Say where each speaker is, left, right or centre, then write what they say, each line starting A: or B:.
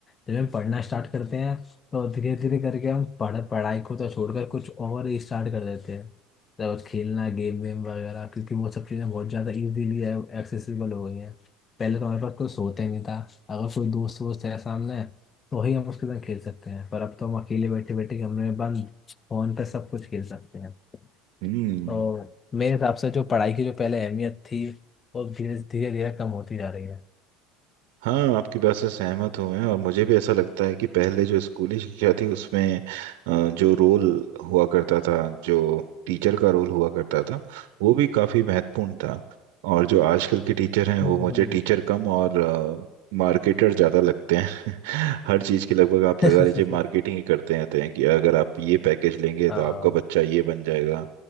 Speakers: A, on the left (about 30°); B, on the right (about 75°).
A: जब हम पढ़ना स्टार्ट करते हैं तो धीरे धीरे करके हम पढ़ पढ़ाई को तो छोड़कर कुछ और ही स्टार्ट कर देते हैं जब खेलना गेम वेम वगैरह क्योंकि वो सब चीज़ें बहुत ज़्यादा इजीली एक्सेसिबल हो गई हैं पहले तो हमारे पास कुछ होता ही नहीं था अगर कोई दोस्त वोस्त है सामने तो ही हम उसके साथ खेल सकते हैं पर अब तो हम अकेले बैठे बैठे कमरे में बंद फोन पे सब कुछ खेल सकते हैं
B: हम्म
A: तो मेरे हिसाब से जो पढ़ाई की जो पहले अहमियत थी वो धीरे धीरे धीरे कम होती जा रही है
B: हाँ आपकी बात से सहमत हूँ मैं और मुझे भी ऐसा लगता है कि पहले जो स्कूली शिक्षा थी उसमें अ, जो रोल हुआ करता था जो टीचर का रोल हुआ करता था वो भी काफ़ी महत्वपूर्ण था और जो आजकल के टीचर हैं
A: हम्म,
B: वो मुझे टीचर कम और मार्केटर ज़्यादा लगते हैं <laughs> हर चीज़ के लगभग आप
A: <laughs>
B: लगा लीजिए
A: हम्म।
B: मार्केटिंग ही करते रहते हैं कि अगर आप ये पैकेज लेंगे
A: हाँ
B: तो आपका बच्चा ये बन जाएगा